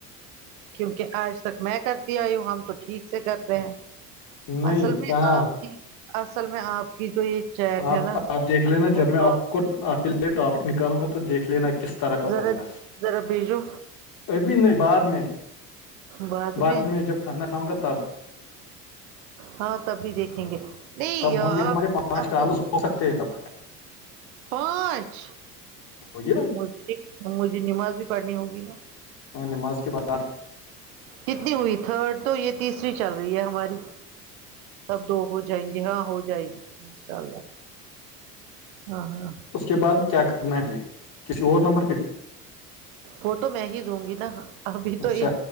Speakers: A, on the right; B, on the left.
A: کیونکہ آج تک میں کرتی آئی ہوں ہم تو ٹھیک سے کرتے ہیں
B: نہیں
A: اصل میں
B: کہاں
A: آپ کی اصل میں آپ کی جو یہ چیٹ
B: آپ
A: ہے نا
B: آپ دیکھ لینا
A: وہ
B: جب
A: لوگ
B: میں آپ کو آپ کے لیے ٹاپک نکالوں گا تو دیکھ لینا کس طرح کا
A: ذرا
B: ہوگا
A: ذرا بیجو
B: ابھی نہیں بعد میں
A: بات
B: بعد
A: میں
B: جب کھانا کھاؤں گا تب
A: ہاں تب بھی دیکھیں گے نہیں
B: تب
A: یار،
B: ہوں گے ہمارے
A: آپ
B: پانچ
A: اصل
B: کالس ہو سکتے ہیں تب
A: پانچ
B: ہوگی نا
A: مج مجھے نماز بھی پڑھنی ہوگی نا
B: ہاں نماز کے بعد
A: کتنی ہوئی تھرڈ تو یہ تیسری چل رہی ہے ہماری تب دو ہو جائیں گے ہاں ہو جائےیں گی انشاء اللہ ہاں ہاں
B: اس کے بعد کیا کرنا ہے یہ کسی اور نمبر پہ
A: وہ تو میں ہی دوں گی نا ابھی
B: اچھا
A: تو